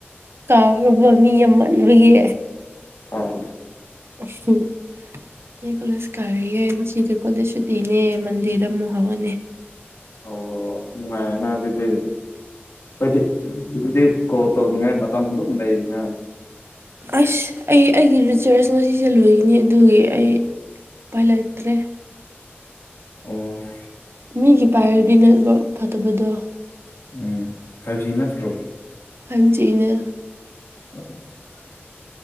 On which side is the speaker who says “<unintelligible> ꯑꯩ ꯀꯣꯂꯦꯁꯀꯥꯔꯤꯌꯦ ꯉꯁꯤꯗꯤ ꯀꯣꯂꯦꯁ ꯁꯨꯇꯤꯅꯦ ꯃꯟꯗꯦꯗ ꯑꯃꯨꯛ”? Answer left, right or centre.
Right